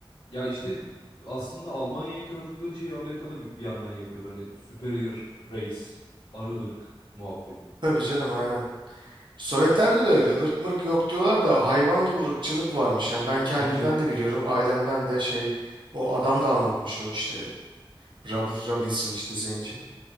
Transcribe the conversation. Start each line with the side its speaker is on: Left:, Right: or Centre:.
Left: Ya işte aslında Almanya'yı kınadıkları şeyi Amerika'da bir bir yandan yapıyordu. Hani superior race, arı ırk muhabbeti.
Right: Tabii canım aynen. Sovyetlerde de öyle ırk mırk yok diyorlar da hayvan gibi ırkçılık varmış. Yani ben kendimden
Left: Tabii canım.
Right: de biliyorum ailemden de şey o adam da anlatmış o işte Rob- Robinson işte zenci.